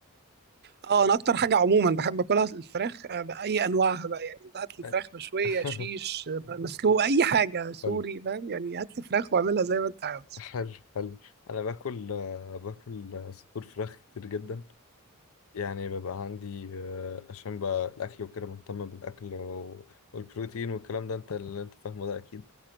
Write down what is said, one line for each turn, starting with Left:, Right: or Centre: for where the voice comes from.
Right: اه انا اكتر حاجه عموما بحب اكلها الفراخ آه، باي انواعها بقى يعني انت هات لي
Left: حلو
Right: فراخ مشويه
Left: <laughs>
Right: شيش آه، مسلوق اي حاجه سوري
Left: حلو
Right: فاهم يعني هات لي فراخ واعملها زي ما انت عاوز
Left: حلو حلو انا باكل آه، باكل آه، صدور فراخ كتير جدا يعني ببقى عندي آه، عشان بقى الاكل وكده مهتم بالاكل و- والبروتين والكلام ده انت اللي انت فاهمه ده اكيد